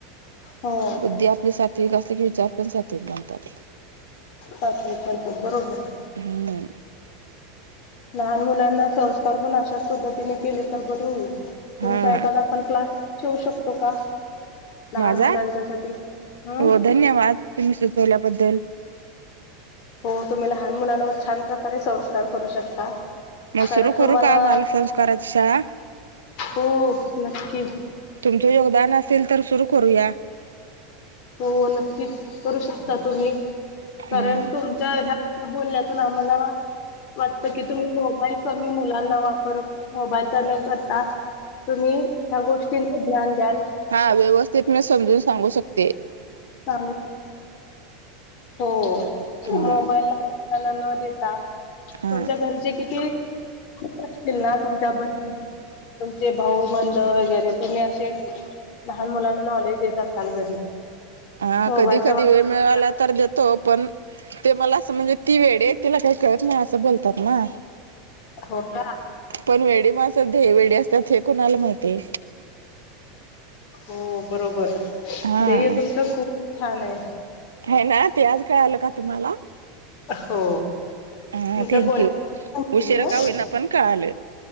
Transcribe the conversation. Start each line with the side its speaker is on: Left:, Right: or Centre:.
Left: हो.
Right: बुद्धी आपले सात्विक असले की विचार पण सात्विक बनतात.
Left: ह प बरोबर आहे.
Right: हम्म
Left: लहान मुलांना संस्कार पण अशाच पद्धतीने केले तर बरे होईल. तुमचा
Right: हा
Left: एखादा आपण क्लास ठेवू शकतो का? लहान
Right: माझा
Left: मुलांच्या सा हम.
Right: हो धन्यवाद. तुम्ही सुचवल्याबद्दल
Left: हो, तुम्ही लहान मुलांनवर छान प्रकारे संस्कार करू शकता.
Right: मग
Left: कारण
Right: सुरू करू
Left: तुमला
Right: का बालसंस्काराची शाळा
Left: हो नक्की
Right: तुमचं योगदान असेल, तर सुरु करूया.
Left: हो ना नक्कीच करू शकता तुम्ही
Right: हा
Left: कारण तुम ह्या बोलण्यातून आम्हाला वाटत की तुम्ही मोबाईल कमी मुलांना वापर मोबाईलचा न करता तुम्ही ह्या गोष्टींचं ज्ञान द्याल.
Right: हा व्यवस्थित मी समजून सांगू शकतो.
Left: सांगूच <unintelligible> हो
Right: हा
Left: मोबाईला त्यांना न देता
Right: हा
Left: तुमच्या घरचे किती? <unintelligible> असतील ना तुमच्या बहिणी तुमचे भाऊ बध वगैरे तुम्ही असे. लहान मुलांना नॉलेज देत असाल घरी
Right: हा
Left: मोबाईलचा
Right: कधी कधी
Left: वापर
Right: वेळ मिळाला तर देतो पण ते मला असं म्हणजे ती वेळेत तिला काही कळत नाही असं बोलतात ना.
Left: हो का?
Right: पण वेडी माणसं ध्येय वेडी असतात हे कुणाला माहितीय?
Left: हो बरोबर
Right: हा.
Left: ध्येय तुमचं खूप छान आहे.
Right: हे ना ते आज कळालं का तुम्हाला
Left: हो.
Right: हा
Left: तुमच्या
Right: थँक्यू
Left: बोलण्या
Right: उशिरा का होईना पण काळाल